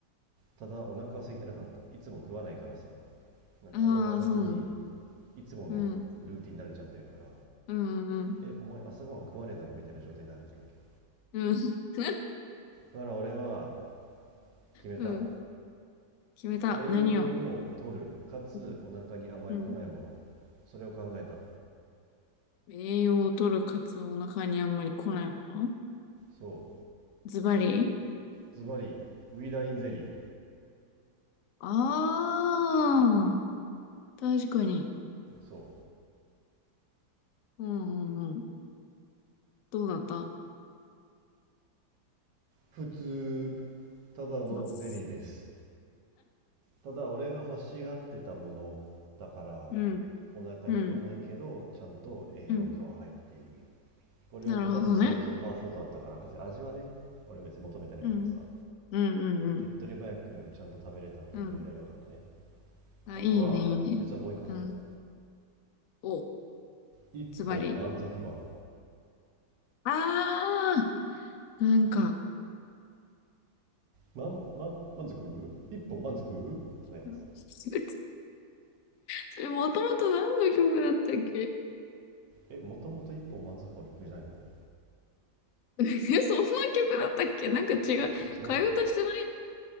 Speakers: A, on the right; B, on the left.
A: ただお腹は空いてなかったいつも食わないからさなんかお腹は別に
B: ああ、そうなんだ。
A: いつものルーティンに慣れちゃってるから
B: うん、うん、うん、
A: えお前朝ごはん食わねえだろみたいな状態になってるわけよ
B: うん。うん。<laughs>
A: だから俺は決めた
B: うん決めた。
A: 栄養を取る、
B: 何を。
A: かつお腹にあまり来ないもの。
B: うん。うん
A: それを考えた。
B: 栄養を取るカツオお腹にあんまり来ないもの
A: そう。
B: ズバリ
A: ズバリ、ウイダインゼリー。
B: ああ、確かに。
A: そう。
B: うんうんうん。どうだった
A: 普通。ただのゼリーです。
B: <laughs>
A: ただ、俺が欲しがってたものだから、
B: うん、
A: お腹に来ないけど、
B: うん、
A: ちゃんと栄養価は入っている。
B: うん。
A: これを満たす最強パワーフードだったから、
B: なるほどね。
A: 別に味はね、俺別に求めてないからさ。
B: うん、うん、うん、うん。
A: 手っ取り早くちゃんと食べれたって意味合いでは良かったね。
B: うん。あ、
A: あとは、
B: いいね、いいね。
A: 実はもう一個買ってた。
B: うん。お、
A: 一本満足バー。
B: ズバリ。ああ、なんか、
A: 満満満足一本満足のやつ。
B: <laughs> それもともと何の曲だったっけ
A: え、もともと一本満足版の曲じゃないのこれ。
B: <laughs> えそんな曲だったっけなんか違う。
A: え、違うの
B: 替え歌してな